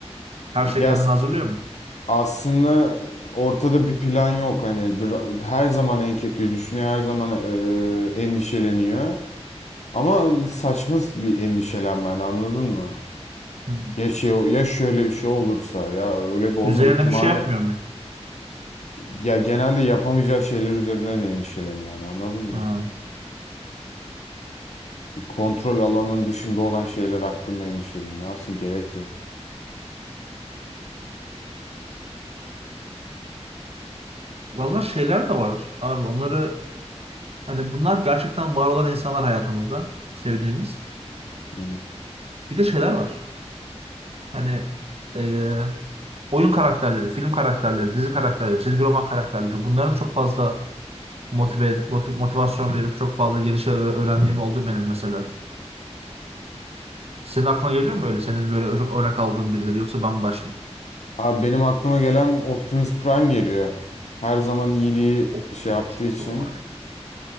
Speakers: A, on the right; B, on the left.
A: Her
B: Ya
A: şey kendini
B: s-
A: hazırlıyor mu?
B: aslında ortada bir plan yok. Hani dra- her zaman en kötüyü düşünüyor. Her zaman e, endişeleniyor. Ama saçma bir endişelenme yani, anladın mı?
A: Hı.
B: Ya şey ya şöyle bir şey olursa ya öyle bir olma
A: Üzerine
B: ihtimali
A: bir şey yapmıyor mu?
B: ya genelde yapamayacağı şeyler üzerinden endişeleniyor yani anladın mı?
A: Ha.
B: kontrol alanın dışında olan şeyler hakkında endişeleniyor. Aslında gerek yok.
A: Vallahi şeyler de var abi. Onları hani bunlar gerçekten var olan insanlar hayatımızda sevdiğimiz.
B: Hı.
A: Bir de şeyler var. Hani e, oyun karakterleri, film karakterleri, dizi karakterleri, çizgi roman karakterleri. Bunların da çok fazla motive, moti- motivasyon verip çok fazla yeni şeyler öğrendiğim oldu benim mesela. Senin aklına geliyor mu öyle? Senin böyle çok örnek aldığın birileri yoksa ben mi başlayayım?
B: Abi benim aklıma gelen Optimus Prime geliyor. Her zaman iyiliği
A: Optimus
B: şey yaptığı için
A: Prime.